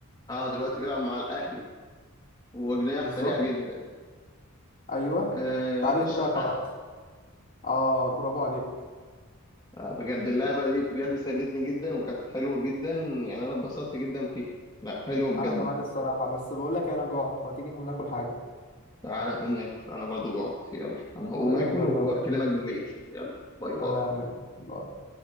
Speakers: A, on the left (about 20°); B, on the left (about 40°).
A: اه دلوقتي بيلعب مع الاهلي وجناح
B: بالظبط
A: سريع جدا
B: ايوه
A: آه
B: تعرفته
A: الشحات
B: كده خلاص اه برافو عليك
A: آه بجد اللعبة دي بجد سلتني جدا وكانت حلوة جدا يعني انا اتبسطت جدا فيها لا حلوة
B: انا
A: بجد
B: كمان الصراحه بس بقول لك إيه، انا جوعت ما تيجي نقوم ناكل حاجه
A: تعال نقوم ناكل انا برضو جوعت يلا انا هقوم
B: طيب
A: اكل
B: يلا
A: واكلمك
B: بينا
A: بالليل يلا باي
B: تمام
A: باي
B: يلا باي.